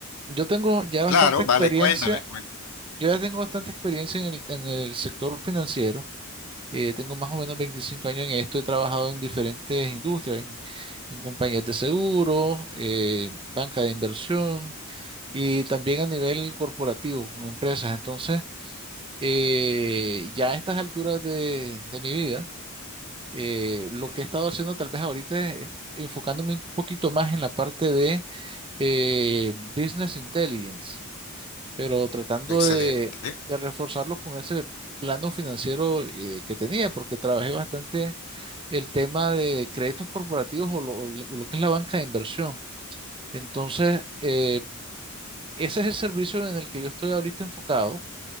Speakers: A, on the right (about 25°); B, on the left (about 75°).
A: yo tengo ya
B: Claro,
A: bastante experiencia,
B: vale, cuéntame, cuéntame.
A: yo ya tengo bastante experiencia en el, en el sector financiero. eh, tengo más o menos 25 años en esto, he trabajado en diferentes industrias, en, en compañías de seguro, eh, banca de inversión y también a nivel corporativo, con empresas. Entonces, eh, ya a estas alturas de, de mi vida, eh, lo que he estado haciendo tal vez ahorita es enfocándome un poquito más en la parte de eh, business intelligence, pero tratando
B: Excelente.
A: de, de reforzarlo con ese plano financiero eh, que tenía, porque trabajé bastante el tema de créditos corporativos o lo, o lo que es la banca de inversión. Entonces, eh, ese es el servicio en el que yo estoy ahorita enfocado